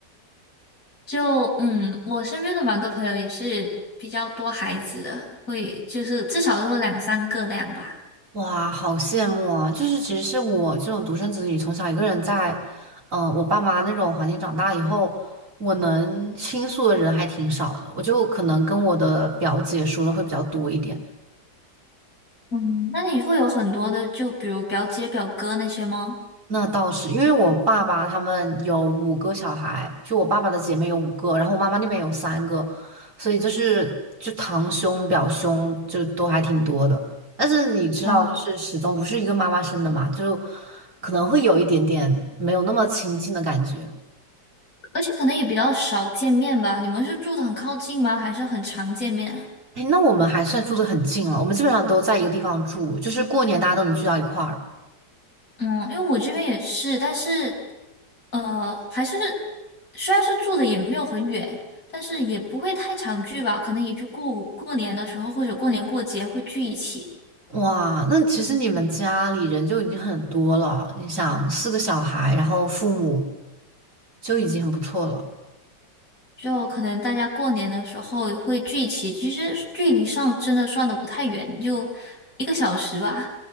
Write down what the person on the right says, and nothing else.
哇，好羡慕啊！就是其实是我这种独生子女，从小一个人在，呃，我爸妈那种环境长大以后，我能倾诉的人还挺少的。我就可能跟我的表姐说的会比较多一点。
那倒是，因为我爸爸他们有五个小孩，就我爸爸的姐妹有五个，然后我妈妈那边有三个，所以就是就堂兄、表兄就都还挺多的。但是你知道，
就是始终不是一个妈妈生的嘛，就可能会有一点点没有那么亲近的感觉。
哎，那我们还算住的很近了，我们基本上都在一个地方住，就是过年大家都能聚到一块儿。
哇，那其实你们家里人就已经很多了。你想，四个小孩，然后父母就已经很不错了。